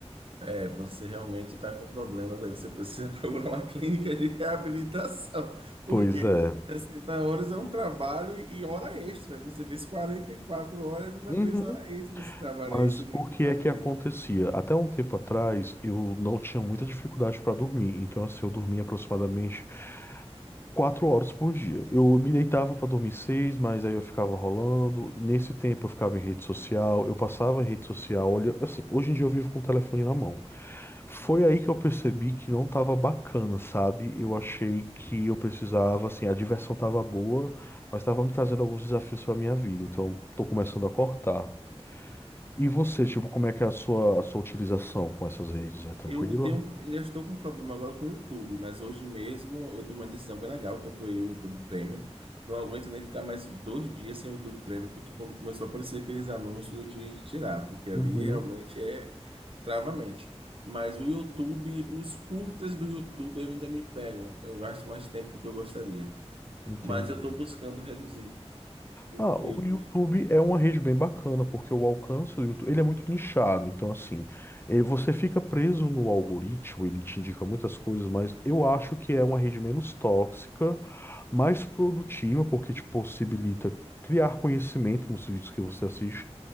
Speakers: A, on the right; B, on the left.
A: É, você realmente está com problemas aí, você precisa <laughs> procurar uma clínica de reabilitação, porque
B: Pois é.
A: 60 horas é um trabalho e hora extra. Você fez 44 horas e ainda
B: Uhum.
A: fez hora extra nesse trabalho
B: Mas
A: aí, você ganhou
B: o que
A: quanto
B: é que
A: aí?
B: acontecia? Até um tempo atrás eu não tinha muita dificuldade para dormir, então assim, eu dormia aproximadamente Quatro horas por dia. Eu me deitava para dormir seis, mas aí eu ficava rolando. Nesse tempo eu ficava em rede social, eu passava em rede social. Olha, assim, hoje em dia eu vivo com o telefone na mão. Foi aí que eu percebi que não tava bacana, sabe? Eu achei que eu precisava, assim, a diversão tava boa, mas tava me trazendo alguns desafios para minha vida, então tô começando a cortar. E você, tipo, como é que é a sua, a sua utilização com essas redes? É tranquila?
A: Eu tenho, um, ainda estou com um problema agora com o YouTube, mas hoje mesmo eu tomei uma decisão bem legal, que eu apoiei o YouTube Premium. Não aguento nem ficar mais dois dias sem o YouTube Premium, porque quando começou a aparecer aqueles anúncios eu tive que tirar, porque ali
B: Uhum,
A: realmente é travamente. Mas o YouTube, os curtas do YouTube ainda me pegam. Eu gasto mais tempo do que eu gostaria.
B: entendi.
A: Mas eu estou buscando reduzir, porque
B: Ah, o YouTube é uma rede bem bacana, porque o alcance do YouTube, ele é muito nichado, então assim, eh, você fica preso no algoritmo, ele te indica muitas coisas, mas eu acho que é uma rede menos tóxica, mais produtiva, porque te possibilita criar conhecimento nos vídeos que você assiste.